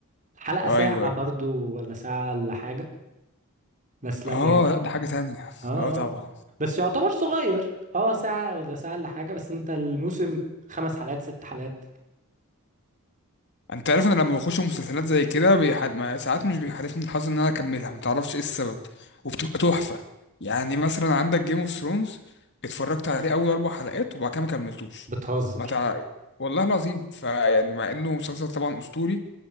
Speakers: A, on the right; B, on the left.
A: الحلقه
B: ايوه
A: ساعه
B: ايوه
A: برضو ولا ساعه ولا حاجه بس لا
B: اه
A: رايق
B: لا ده حاجه تانية
A: اه
B: اه طبعا
A: اه بس يعتبر صغير اه ساعه ولا ساعه ولا حاجه بس انت الموسم خمس حلقات ست حلقات
B: انت عارف انا لما بخش مسلسلات زي كده بيحل... ما- ساعات مش بيحالفني الحظ ان انا اكملها ما تعرفش ايه السبب وبتبقى تحفه يعني مثلا عندك جيم اوف ثرونز اتفرجت عليه اول اربع حلقات وبعد كده ما كملتوش
A: بتهزر
B: ما تع... والله العظيم فيعني مع انه مسلسل طبعا اسطوري